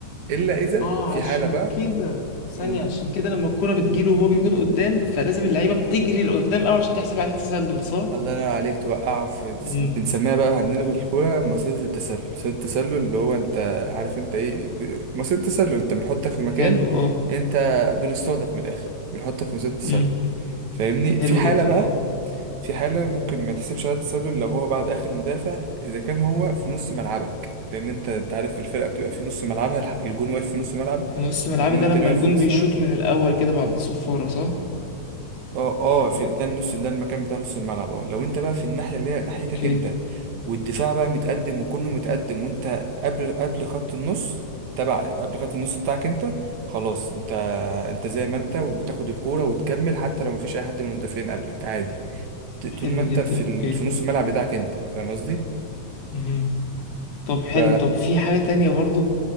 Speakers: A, on the right; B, on the left.
A: الا اذا
B: اه
A: في
B: عشان
A: حاله بقى
B: كده ثانية
A: قول
B: عشان كده لما الكرة بتجيله وهو بيكون قدام فلازم اللعيبة بتجري لقدام قوي عشان تحسب عليه تسلل صح؟
A: الله ينور عليك توقعه في
B: مم.
A: بنسميها بقى عندنا في الكورة مصيدة التسلل مصيدة التسلل اللي هو انت عارف انت ايه ب- مصيدة التسلل انت بنحطك في مكان
B: حلو اه
A: انت بنصطادك من الاخر بنحطك في مصيدة التسلل
B: امم
A: فاهمني
B: حلو
A: في حالة
B: جدا
A: بقى
B: اه
A: في حالة ممكن ما تحسبش عليها التسلل لو هو بعد اخر مدافع اذا كان هو في نص ملعبك لان انت انت عارف الفرقة بتبقى في نص ملعبها الح- الجون واقف في نص ملعب
B: في نص ملعبي
A: والجون
B: ده
A: التاني
B: لما
A: واقف
B: الجون
A: في نص
B: بيشوط
A: ملعب
B: من الأول كده بعد الصفارة صح؟
A: اه اه في ده النص ده المكان بتاع نص الملعب اه لو انت بقى في الناحيه اللي هي ناحيتك
B: اوكي
A: انت والدفاع بقى متقدم وكله متقدم وانت قبل قبل خط النص تبع قبل خط النص بتاعك انت خلاص انت انت زي ما انت وتاخد الكوره وتكمل حتى لو مفيش اي حد من المدافعين قبلك عادي ت-
B: حلو
A: طول ما انت
B: جدا
A: في ال...
B: اوكي
A: في نص الملعب بتاعك انت فاهم قصدي
B: مهم. طب حلو
A: ف
B: طب في حاجة تانية برضو